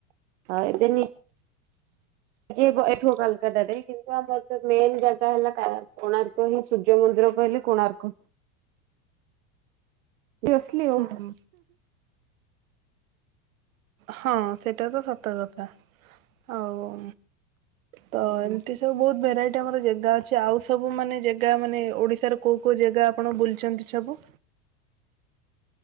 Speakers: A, on the right; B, on the right.
A: ହଁ ଏବେ ନି ଯେ ବ ଏଠୁ ଅ କାଲକାଟାରେ କିନ୍ତୁ ଆମର ତ ମେନ୍ ଜାଗା ହେଲା କା କୋଣାର୍କ ହିଁ ସୂର୍ଯ୍ୟ ମନ୍ଦିର କହିଲେ କୋଣାର୍କ। ଡି ଅସଲି
B: ହୁଁ
A: ଆଉ।
B: ହଁ ସେଟା ତ ସତ କଥା। ଆଉ
A: ଆଉ।
B: ତ ଏମତି ସବୁ ବୋହୁତ ଭେରାଇ ଏଠି ଆମର ଜେଗା ଅଛି ଆଉ ସବୁ ମାନେ ଜେ ଗା ମାନେ ଓଡ଼ିଶାର କୋଉ କୋଉ ଜାଗା ଆପଣ ବୁଲଛନ୍ତି ସବୁ